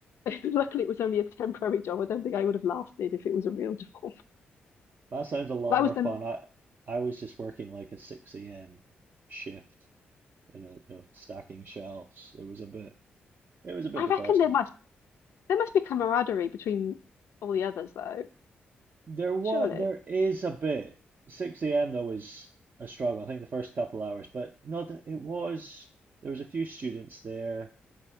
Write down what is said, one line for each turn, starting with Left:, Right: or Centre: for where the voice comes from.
Left: <laughs> Luckily, it was only a temporary job. I don't think I would have lasted if it was a real job.
Right: That sounds
Left: <laughs>
Right: a lot
Left: But I
Right: more
Left: was then,
Right: fun. I I was just working like a 6 a.m. shift in a, you know, stacking shelves. It was a bit, it was a bit
Left: I reckon
Right: depressing.
Left: there must There must be camaraderie between all the others, though.
Right: There what
Left: Surely.
Right: there is a bit. 6 a.m. though was a struggle. I think the first couple hours, but no, th- it was. There was a few students there,